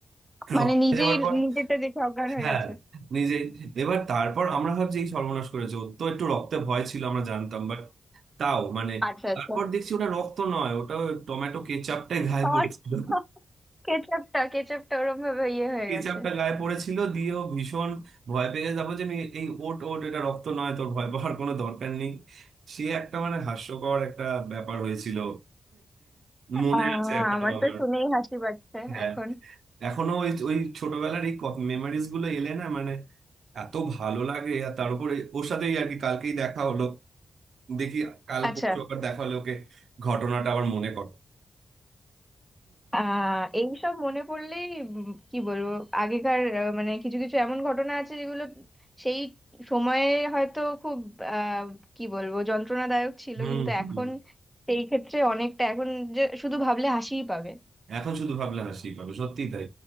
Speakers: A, in the centre; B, on the right.
A: মানে
B: রক্তে
A: নিজেই
B: যাওয়ার পর
A: নিজেরটা দেখে অজ্ঞান হয়ে
B: হ্যাঁ
A: গেছে
B: নিজেই এবার তারপর আমরা ভাবছি এই সর্বনাশ করেছে ওর তো একটু রক্তে ভয় ছিল আমরা জানতাম বাট তাও মানে
A: আচ্ছা
B: তারপর
A: আচ্ছা
B: দেখছি ওটা রক্ত নয় ওটা টমেটো কেচাপটাই গায়ে
A: সস
B: পড়েছিল
A: কেচাপটা কেচাপটা ওরম ভাবে ইয়ে হয়ে
B: কেচাপ
A: গেছে
B: টা গায়ে পড়েছিল দিয়ে ও ভীষণ ভয় পেয়ে যাবো যে আমি এই ওট ওট এটা রক্ত নয় তোর ভয় পাওয়ার কোনো দরকার নেই সে একটা মানে হাস্যকর একটা ব্যাপার হয়েছিল মনে
A: আহ
B: আছে এখনো
A: আমার
B: আমার
A: তো শুনেই হাসি পাচ্ছে
B: হ্যাঁ
A: এখন
B: এখনো ওই ওই ছোটবেলার এই মেমোরিজ গুলো এলে না মানে এত ভালো লাগে আর তার উপরে ওর সাথেই আর কি কালকেই দেখা হলো দেখি কাল
A: আচ্ছা
B: পরশু আবার দেখা হলো ওকে ঘটনাটা আবার মনে কর
A: আহ এইসব মনে পড়লেই উম কি বলবো আগেকার আহ, মানে কিছু কিছু এমন ঘটনা আছে যেগুলো সেই সময়ে হয়তো খুব আহ কি বলবো যন্ত্রণাদায়ক ছিল
B: হুম
A: কিন্তু
B: হুম
A: এখন সেই ক্ষেত্রে অনেকটা এখন যে শুধু ভাবলে হাসিই পাবে
B: এখন শুধু ভাবলে হাসি পাবে সত্যিই তাই